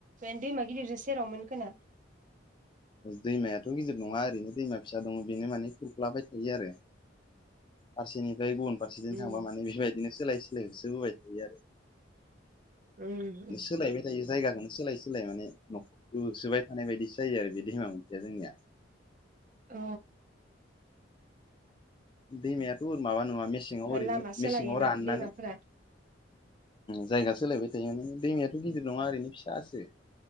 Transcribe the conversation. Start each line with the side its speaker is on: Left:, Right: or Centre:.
Right: म दैमा गिदिरजों सेरावमोन खोना?
Left: दैमायाथ' गिदिर नङा ओरैनो दैमा फिसा दङ बेनो माने खुरख्लाबाय थायो आरो फारसेनिफ्राय गुबुन फारसेजों
Right: उम
Left: थांबा माने बेबायदिनो सोलाय सोलाय होसो होबाय थायो आरो
Right: उम उम
Left: सोलायबाय थायो जायगाखौनो सोलाय सोलाय माने न'खर होसोबाय थानाय बायदि जायो आरो बे धेमा ओथिया जोंनिया
Right: अ
Left: दैमायाथ' माबा नङा मेसेङाव ओरैनो
Right: लामा सोलायोना
Left: मेसेङाव राननानै
Right: दैमाफोरा
Left: जायगा सोलायबाय थायो माने दैमायाथ' गिदिर नङा ओरैनो फिसासो